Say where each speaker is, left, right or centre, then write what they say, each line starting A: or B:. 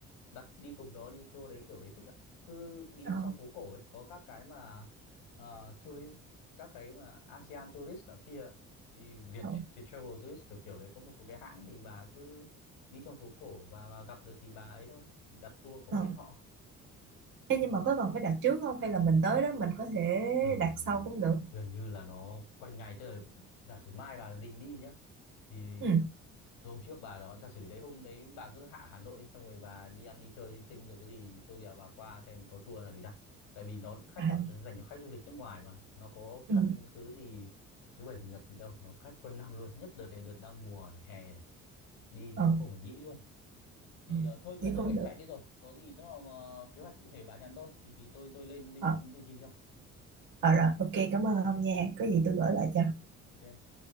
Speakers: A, on the left (about 75°); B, on the right (about 65°).
A: đặt đi cùng đó đi tour đấy kiểu đấy thích lắm cứ đi
B: ờ,
A: trong phố cổ ấy có các cái mà ờ, tourist các cái mà ASEAN tourist nọ kia thì Việt
B: ờ,
A: Việt Travel tourist kiểu kiểu đấy có một số cái hãng thì bà cứ đi trong phố cổ và, và gặp được thì bà ấy thôi thì đặt tour của
B: ờ.
A: bên họ
B: Ê, nhưng mà có cần phải đặt trước không hay là mình tới đó mình có thể
A: thường
B: đặt sau cũng được?
A: gần như là nó quanh ngày tức là giả sử mai bà định đi nhá thì
B: Ừ,
A: tôi hôm trước bà đón giả sử đấy hôm đấy bà cứ hạ Hà Nội đi, xong rồi bà đi ăn đi chơi linh tinh rồi có gì tôi đèo bà qua xem có tour nào để đặt tại vì nó khách
B: à,
A: nó dành cho khách du lịch nước ngoài mà nó có
B: ừ,
A: căn cứ gì thứ bảy chủ nhật gì đâu nó khách quanh năm luôn nhất đợt này đợt đang mùa này, hè này đi
B: ờ,
A: không không phải nghĩ luôn thì
B: ừ,
A: ờ, thôi bây
B: vậy
A: giờ tôi
B: cũng
A: phải
B: được.
A: chạy đi rồi có gì nó mà ờ, kế hoạch cụ thể bà nhắn tôi thì thì tôi tôi lên lên
B: Ờ,
A: chương trình cho
B: ờ rồi, ok, cảm ơn ông nha. Có gì tôi gửi lại cho.
A: ok